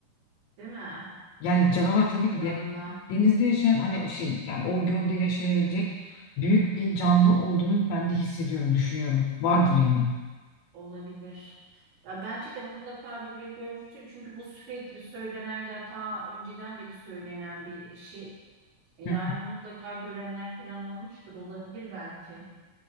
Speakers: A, on the right; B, on the left.
A: değil mi?
B: Yani canavar tabii ki
A: Canlı
B: diye denizde yaşayan hani şey yani o gölde yaşayabilecek büyük bir canlı olduğunu ben de hissediyorum, düşünüyorum. Vardır yani.
A: olabilir. Ya bence de mutlaka birileri görmüştür. Çünkü bu sürekli söylenen yatağa önceden beri söylenen bir şey. E Yani
B: Hı.
A: mutlaka görenler falan olmuştur. Olabilir belki.